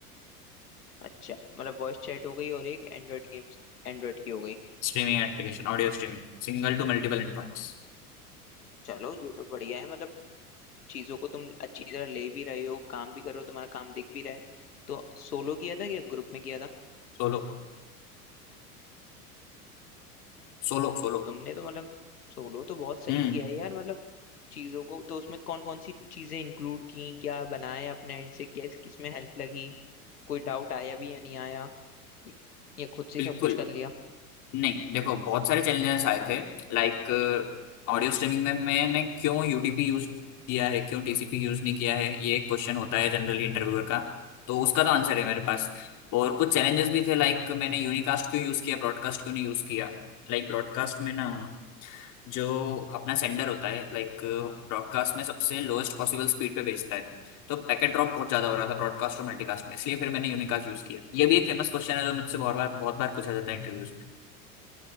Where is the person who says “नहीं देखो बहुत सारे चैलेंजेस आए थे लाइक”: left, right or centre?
Left